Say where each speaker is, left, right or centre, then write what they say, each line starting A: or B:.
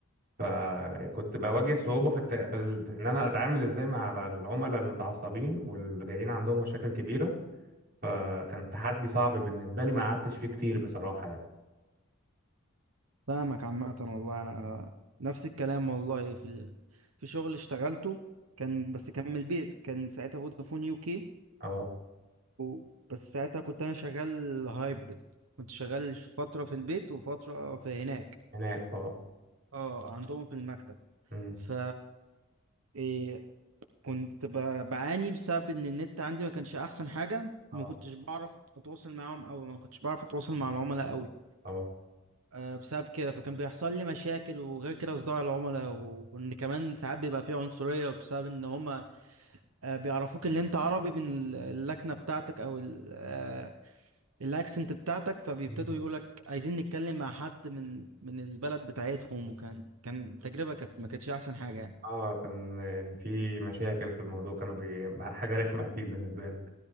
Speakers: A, on the right; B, on the right.
A: فكنت بواجه صعوبه في, الت... في ال... ان انا اتعامل ازاي مع العملاء المتعصبين واللي جايين عندهم مشاكل كبيره فكان تحدي صعب بالنسبه لي ما قعدتش فيه كتير بصراحه يعني
B: فاهمك عامة والله انا نفس الكلام والله في ال... في شغل اشتغلته كان بس كان من البيت كان ساعتها فودافون يو كي
A: اه
B: و... بس ساعتها كنت انا شغال هايبرد كنت شغال فترة في البيت وفترة في هناك
A: هناك اه
B: اه عندهم في المكتب
A: امم
B: ف إيه، كنت ب- بعاني بسبب ان النت عندي ما كانش احسن حاجه
A: اه
B: ما كنتش بعرف اتواصل معاهم او ما كنتش بعرف اتواصل مع العملاء قوي
A: اه
B: أه بسبب كده فكان بيحصل لي مشاكل وغير كده صداع العملاء و- وان كمان ساعات بيبقى فيه عنصريه بسبب ان هما أه بيعرفوك ان انت عربي من ال- اللكنه بتاعتك او ال- أه الاكسنت بتاعتك فبيبتدوا
A: مم.
B: يقولك عايزين نتكلم مع حد من من البلد بتاعتهم وكان كان تجربه كانت ما كانتش احسن حاجه يعني
A: اه كان في مشاكل في الموضوع كانوا بي... حاجه رخمه اكيد بالنسبه لي